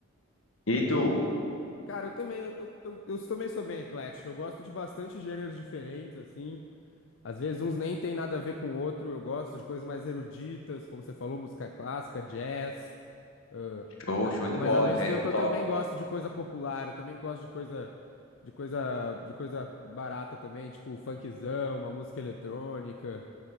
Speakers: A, on the left; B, on the left.
A: E tu?
B: Cara, eu também, eu, eu, eu- eu também sou bem eclético. Eu gosto de bastante gêneros diferentes, assim. Às vezes uns nem tem nada a ver com o outro. Eu gosto de coisas mais eruditas, como você falou, música clássica, jazz. Ah,
A: Show,
B: ma-
A: show de
B: mas
A: bola,
B: ao mesmo
A: jazz
B: tempo
A: é top.
B: eu também gosto de coisa popular, eu também gosto de coisa de coisa de coisa barata também, tipo um funkzão, uma música eletrônica,